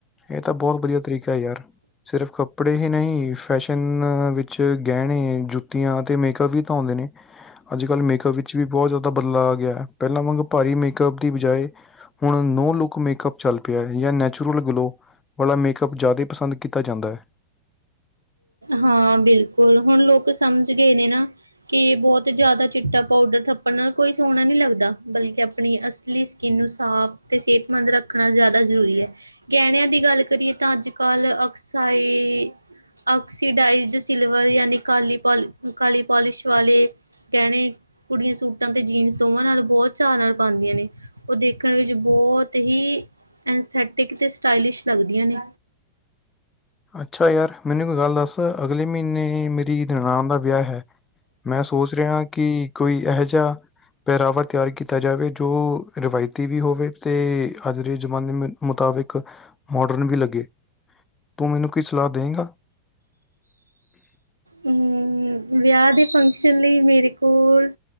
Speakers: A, on the left (about 15°); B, on the right (about 80°).
A: ਏ ਤਾਂ ਬੋਤ ਵਧੀਆ ਤਰੀਕਾ ਐ ਯਾਰ ਸਿਰਫ ਕੱਪੜੇ ਹੀ ਨਹੀਂ ਫੈਸ਼ਨ ਵਿੱ ਚ ਗੈਣੇ, ਜੁੱਤੀਆਂ ਅਤੇ ਮੇਕਅੱਪ ਵੀ ਤਾਂ ਆਉਂਦੇ ਨੇ। ਅੱਜ ਕੱਲ੍ਹ ਮੇਕਅੱਪ ਵਿੱਚ ਵੀ ਬੋਤ ਜਿਆਦਾ ਬਦਲਾ ਆ ਗਿਆ। ਪੈਲਾਂ ਵਾਂਗ ਭਾਰੀ ਮੇਕਅੱਪ ਦੀ ਬਜਾਏ ਹੁਣ ਨੋ ਲੁੱਕ ਮੇਕਅੱਪ ਚੱਲ ਪਿਆ ਜਾਂ ਨੈਚੁਰਲ ਗਲੋ। ਵਾਲਾ ਮੇਕਅੱਪ ਜ਼ਿਆਦਾ ਪਸੰਦ ਕੀਤਾ ਜਾਂਦਾ।
B: ਹਾਂ, ਬਿਲਕੁੱਲ ਹੁਣ ਲੋਕ ਸਮਝ ਗਏ ਨੇ ਨਾ। ਕੀ ਬੋਤ ਜ਼ਿਆਦਾ ਚਿੱਟਾ ਪਾਊਡਰ ਥੱਪਣ ਨਾਲ ਕੋਈ ਸੋਣਾ ਨੀ ਲੱਗਦਾ ਬਲਕਿ ਆਪਣੀ ਅਸਲੀ ਸ ਕਿੰਨ ਨੂੰ ਸਾਫ਼ ਤੇ ਸਿਹਤਮੰਦ ਰੱਖਣਾ ਜ਼ਿਆਦਾ ਜ਼ਰੂਰੀ ਐ। ਗੈਣਿਆਂ ਦੀ ਗੱਲ ਕਰੀਏ ਤਾਂ ਅੱਜ-ਕੱਲ੍ਹ ਅਕਸਾਈ ਆਕਸੀਡਾਈ ਜਾ ਸਿਲਵਰ ਯਾਨੀ ਖਾਲੀ ਪੌਲਿਸ ਕਾਲੀ ਪੋਲਿਸ਼ ਵਾਲੇ ਗੈਣੇ ਕੁੜੀਆਂ ਸੂਟਾਂ ਤੇ ਜੀਨਸ ਦੋਵਾਂ ਨਾਲ ਬੋ ਚਾਅ ਨਾਲ ਪਾਂਦੀਆਂ ਨੇ। ਓ ਦੇਖਣ ਵਿੱਚ ਬੋਤ ਹੀ ਐਂਸਥੈਟਿਕ ਤੇ ਸਟਾਈਲਿਸ਼ ਲੱਗਦੀਆਂ ਨੇ।
A: ਅੱਛਾ ਯਾਰ ਮੈਨੂੰ ਇਕ ਗੱਲ ਦੱਸ ਅਗਲੇ ਮੀਨੇ ਮੇਰੀ ਨਨਾਣ ਦਾ ਵਿਆਹ ਹੈ। ਮੈਂ ਸੋਚ ਰਿਹਾ ਕੀ ਕੋਈ ਐਹਾ ਜਾ ਪਹਿਰਾਵਾ ਤਿਆਰ ਕੀਤਾ ਜਾਵੇ ਜੋ ਰਵਾਇਤੀ ਵੀ ਹੋਵੇ ਤੇ ਅੱਜ ਦੇ ਜ਼ਮਾਨੇ ਮੁਤਾਬਿਕ ਮੋਡਰਨ ਵੀ ਲੱਗੇ। ਤੂੰ ਮੈਨੂੰ ਕੀ ਸਲਾਹ ਦੇ ਗਾ।
B: ਹੂੰ, ਵਿਆਹ ਦੇ ਫੰਕਸ਼ਨ ਲਈ ਮੇਰੇ ਕੋਲ